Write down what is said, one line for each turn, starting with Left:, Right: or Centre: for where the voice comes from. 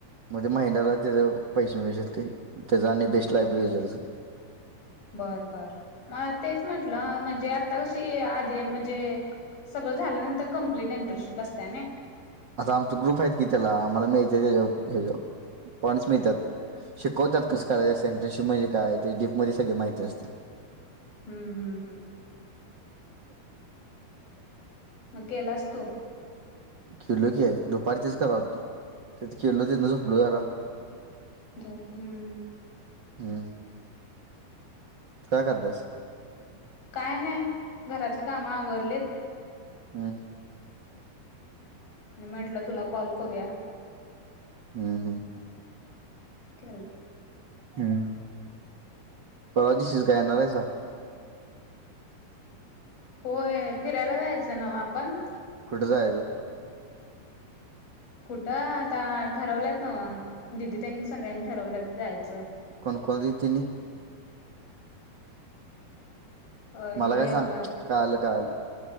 Right: मग महिन्याला त्या पैसे मिळू शकते त्याचा आणि बेस्ट लायब्ररी युजर
Left: बर बर मला तेच म्हटलं म्हणजे आता कशी म्हणजे सगळं झाल्यावर कम्प्लीट न इंटरशिप असते
Right: आता आमच ग्रुप आहेत कि त्याला आम्हाला मिळते पॉइंट्स मिळतात शिकवतात कस कराय सेंटन म्हणजे काय ते डीप मध्ये सगळे माहिती असते
Left: हम्म हम्म हम्म
Right: <unintelligible>
Left: मग केला अस तो
Right: केलो की आहे दुपारी तेच करावा ला तो तेथ केलो त झोपलो जरा
Left: द हम्म
Right: हम् काय करालयास
Left: काय नाही घरातले काम आवरलेत
Right: हम्
Left: आणि म्हटलं तुला कॉल करूया
Right: हम्म हम्म
Left: केलता
Right: हम्म. परवाधीशच काय येणारेसा
Left: होय फिरायला जायचं नव आपण
Right: कुठ जायाचं
Left: कुठं आता ठरवल्यात नवा दिदी त्यांनी सगळ्यांनी ठरवल्यात जायाचं
Right: कोण कोण दिदी तिनी
Left: अ हे
Right: मला काय
Left: आपलं
Right: सांग कळालं कळालं